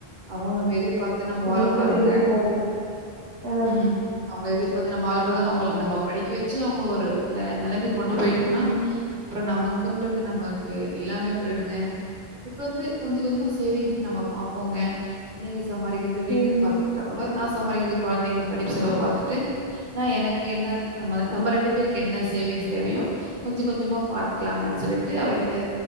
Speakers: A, on the right; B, on the right.
A: அவங்கள நம்ம எதிர்பாத் து நம்ம வாழக்கூடாதுங்க
B: ரெண்டு பேருமே போற மாரி ஆ
A: ம் அவங்க எதிர் பாத்து நம்ம ஆள கூடாதுங்க அவங்களுக்கு நம்ம படிக்க வச்சு அவங்கள ஒரு நெலைமைக் கொண்டு போயிட்டங்கன்னா
B: ம்
A: அப்ற நமக் இருக்குன்றது நமக்கு எல்லாமே போயிடுங்க இப்ப வந்து கொஞ்சோ கொஞ்சோமா சேவிங்ஸ் நம்மோ பாப் போங்க நீங்க சம்பாதிக்கிறது வீட்டுக்கு
B: ம்
A: பாத்துக்கிட்டா கூட நான் சம்பாரிக்கறத கொழந்தைங்க படிப்பு செலவு பாத்துட்டு நான் எனக்கு என்ன நம்ம நம்ம ரெண்டு பேருக்கு என்ன சேவிங்ஸ் தேவையோ கொஞ்சோ கொஞ்சோ மா பாத்துக்கலாங்கன் சொல்லிட்டு அவர்கிட்ட